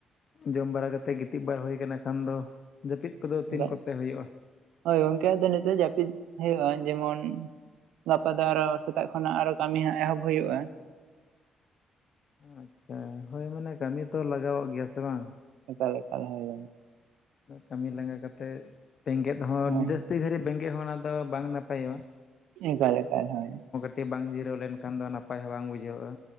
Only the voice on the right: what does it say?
ᱮᱠᱟᱞ
ᱦᱳᱭ ᱜᱚᱝᱠᱮ ᱱᱤᱛᱚᱜ ᱡᱟᱹᱯᱤᱫ ᱦᱩᱭᱩᱜᱼᱟ ᱡᱮᱢᱚᱱ ᱜᱟᱯᱟ ᱫᱚ ᱟᱨᱚ ᱥᱮᱛᱟᱜ ᱠᱷᱚᱱᱟᱜ ᱟᱨᱚ ᱠᱟᱹᱢᱤ ᱦᱟᱸᱜ ᱮᱦᱚᱵ ᱦᱩᱭᱩᱜᱼᱟ
ᱮᱠᱟᱞᱮᱠᱟᱞ ᱦᱳᱭ ᱜ
ᱦᱳᱭ
ᱮᱠᱟᱞ ᱮᱠᱟᱞ ᱦᱚᱭ